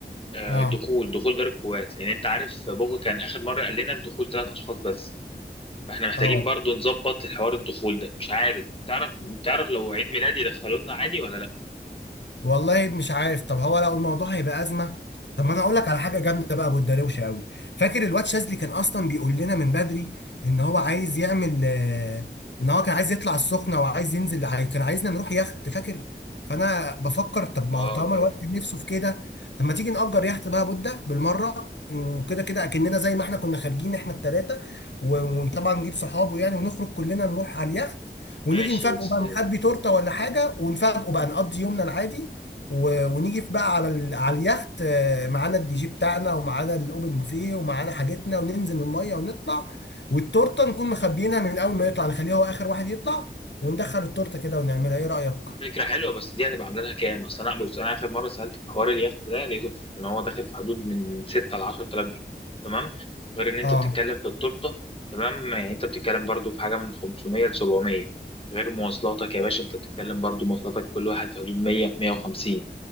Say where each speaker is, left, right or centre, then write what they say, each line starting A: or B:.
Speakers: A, on the left; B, on the left.
A: آه،
B: اه
A: دخول دخول دار الكويت لان انت عارف بوغو كان اخر مره قال لنا الدخول ثلاث اشخاص بس فاحنا محتاجين
B: اه
A: برضو نظبط الحوار الدخول ده مش عارف تعرف تعرف لو عيد ميلادي يدخلونا عادي ولا لا
B: والله مش عارف طب هو لو الموضوع هيبقى ازمه طب ما انا اقول لك على حاجه جامده بقى ابو الدروشه قوي فاكر الواد شاذلي كان اصلا بيقول لنا من بدري ان هو عايز يعمل آه، ان هو كان عايز يطلع السخنه وعايز ينزل عاي- كان عايزنا نروح يخت فاكر فانا بفكر طب ما
A: اه
B: هو طالما
A: فاكر
B: الواد كان نفسه في كده طب ما تيجي نأجر يخت بقى بودة بالمره وكده كده اكننا زي ما احنا كنا خارجين احنا التلاته و- وطبعا نجيب صحابه يعني ونخرج كلنا نروح على اليخت ونيجي
A: ماشي
B: نفاجئه
A: بس
B: بقى نخبي تورته ولا حاجه ونفاجئه بقى نقضي يومنا العادي و... ونيجي في بقى على ال... على اليخت آه، معانا الدي جي بتاعنا ومعانا الاوبن بوفيه ومعانا حاجتنا وننزل من الميه ونطلع والتورته نكون مخبيينها من اول ما يطلع نخليه هو اخر واحد يطلع وندخل التورته كده ونعملها ايه رايك؟
A: فكرة حلوة بس دي هتبقى عاملة لها كام؟ أصل أنا بص أنا آخر مرة سألت في حوار اليخت ده لقيته في- إن هو داخل في حدود من 6 ل 10000 جنيه تمام؟ غير إن أنت
B: اه
A: بتتكلم في التورتة تمام؟ يعني أنت بتتكلم برضو في حاجة من 500 ل 700 غير مواصلاتك يا باشا أنت بتتكلم برضو مواصلاتك كل واحد في حدود 100 150